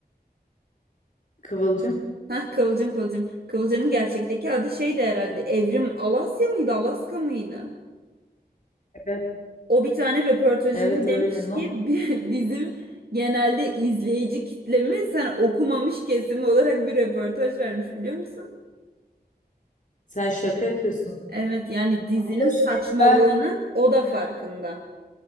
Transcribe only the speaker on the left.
Kıvılcım.
Evet.
Evet
öyle. No.
Sen şaka yapıyorsun.
Abla
şey ben